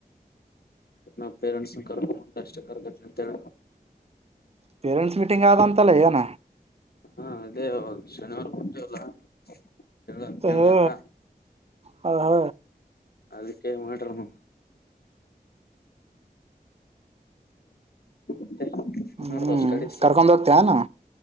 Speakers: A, on the left; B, on the right.
A: ನ ಪೇರೆಂಟ್ಸ್ ಕರ್ಕೊಂಡಂದ ಅಷ್ಟೇ ಕರಕತಿ ಅಂತೇಳ
B: ಪೇರೆಂಟ್ಸ್ ಮೀಟಿಂಗ್ ಆದ ಅಂತಲ್ಲ ಏನ
A: ಹಾ ಅದೇ ಹದು ಶನಿವಾರ ಕೊಟ್ಟೇವಲ್ಲ ಚಲ್ ಚಲ್ದಾರಾ
B: ಹ ಹ
A: ಅದಕ್ಕೆ ಮಾಡ್ರನು ಮತ್ತೆ ಹ್ಯಾಂಗ್
B: ಹ್ಮ್
A: ನಾಡದವ್ ಸ್ಟಡೀಸ್
B: ಕರ್ಕೊಂಡ್ ಹೋಗ್ತೇನ